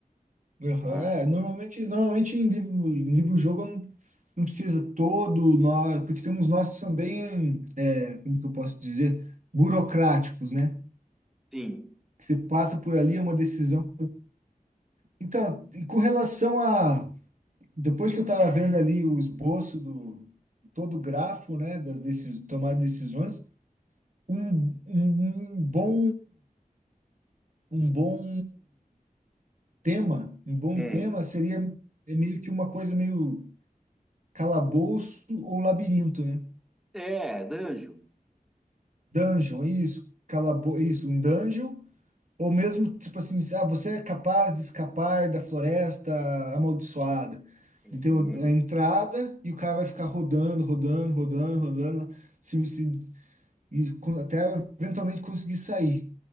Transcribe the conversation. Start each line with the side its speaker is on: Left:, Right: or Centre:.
Right: Aham,
Centre: Mas,
Right: É, normalmente, normalmente em livro, em livro-jogo não não precisa todo nó, porque tem uns nós que são bem, é, como que eu posso dizer, burocráticos, né?
Centre: sim.
Right: Você passa por ali, é uma decisão. Então, e com relação a. Depois que eu estava vendo ali o esboço do todo o grafo, né, das decis tomar decisões, um, um, um bom um bom tema, um bom
Centre: É.
Right: tema seria é meio que uma coisa meio calabouço ou labirinto, né?
Centre: É, danjo.
Right: Dungeon, é isso, calabo, é isso, um dungeon Ou mesmo, tipo assim, ah, você é capaz de escapar da floresta amaldiçoada.
Centre: Uhum.
Right: E tem a entrada e o cara vai ficar rodando, rodando, rodando, rodando, lá, se, se, e con- até eventualmente conseguir sair